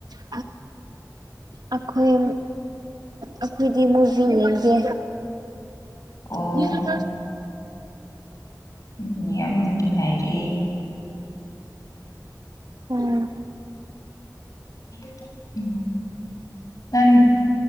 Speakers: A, on the right (about 70°); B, on the left (about 55°).
A: ꯑ ꯑꯩꯈꯣꯏ ꯑꯩꯈꯣꯏꯗꯤ ꯃꯨꯔꯕꯤ ꯌꯦꯡꯒꯦ
B: ꯑꯣ
A: ꯃꯤꯁꯨ ꯆ
B: ꯎꯝ ꯌꯥꯝ ꯉꯥꯏꯔꯦ
A: ꯎꯝ
B: ꯎꯝ ꯎ ꯅꯥꯟ